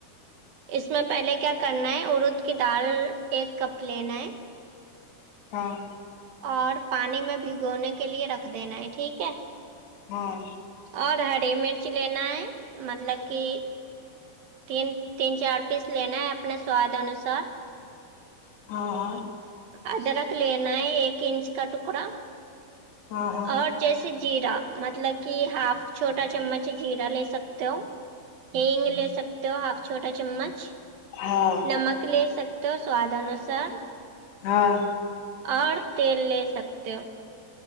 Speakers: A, on the right; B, on the left.
A: اس میں پہلے کیا کرنا ہے ارود کی دال ایک کپ لینا ہے
B: ہاں
A: اور پانی میں بھگونے کے لیے رکھ دینا ہے ٹھیک ہے
B: ہاں
A: اور ہری مرچ لینا ہے مطلب کہ تین تین چار پیس لینا ہے اپنے سواد انوسار
B: ہاں
A: ادرک لینا ہے ایک انچ کا ٹکڑا
B: ہاں ہاں ہاں
A: اور جیسے جیرا مطلب کہ ہاف چھوٹا چمچ جیرا لے سکتے ہو ہینگ لے سکتے ہو ہاف چھوٹا چمچ
B: ہاں
A: نمک لے سکتے ہو سواد انوسار
B: ہاں
A: اور تیل لے سکتے ہو